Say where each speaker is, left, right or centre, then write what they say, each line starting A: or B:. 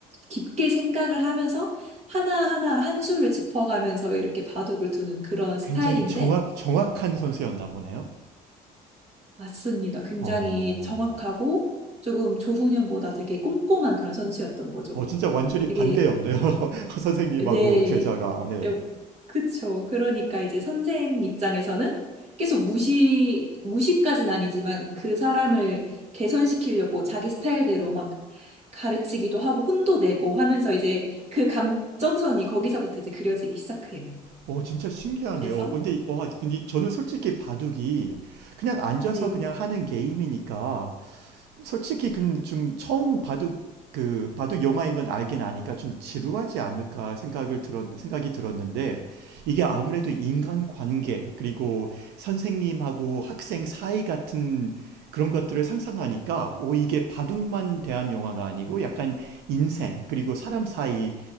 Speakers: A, on the right; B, on the right.
A: 깊게 생각을 하면서 하나하나 한 수를 짚어가면서 이렇게 바둑을 두는 그런 스타일인데
B: 굉장히 정확, 정확한 선수였나 보네요.
A: 맞습니다. 굉장히
B: 어,
A: 정확하고 조금 조훈현보다 되게 꼼꼼한 그런 선수였던 거죠.
B: 어, 진짜 완전히
A: 되게
B: 반대였네요. <laughs> 선생님하고
A: 네.
B: 제자가. 어, 네.
A: 에, 그쵸. 그러니까 이제 선생 입장에서는 계속 무시, 무시까진 아니지만 그 사람을 개선시키려고 자기 스타일대로 막 가르치기도 하고 혼도 내고 하면서 이제 그 감정선이 거기서부터 이제 그려지기 시작해요.
B: 오, 진짜 신기하네요.
A: 그래서,
B: 근데, 와, 근데 저는 솔직히 바둑이 그냥 앉아서
A: 네.
B: 그냥 하는 게임이니까 솔직히 그 좀 처음 바둑 그 바둑 영화인 건 알긴 아니까 좀 지루하지 않을까 생각을 들었 생각이 들었는데 이게 아무래도 인간 관계 그리고 선생님하고 학생 사이 같은 그런 것들을 상상하니까 오 이게 바둑만 대한 영화가 아니고 약간 인생 그리고 사람 사이